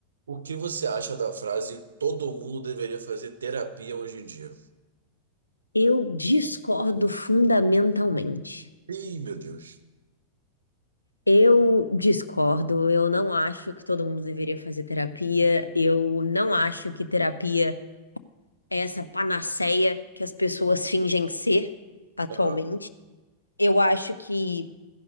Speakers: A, on the right; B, on the left.
A: O que você acha da frase todo mundo deveria fazer terapia hoje em dia?
B: Eu discordo fundamentalmente.
A: Ih, meu Deus.
B: Eu discordo, eu não acho que todo mundo deveria fazer terapia, eu não acho que terapia é essa panaceia que as pessoas fingem ser atualmente.
A: Ah,
B: Eu acho que